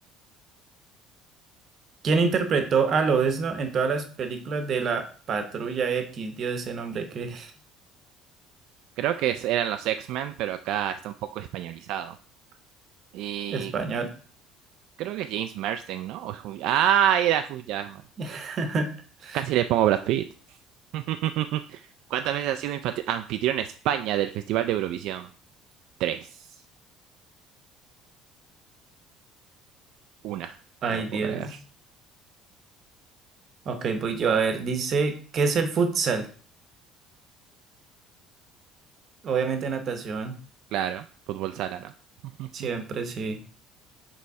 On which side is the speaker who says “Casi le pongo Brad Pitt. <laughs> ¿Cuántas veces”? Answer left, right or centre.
Right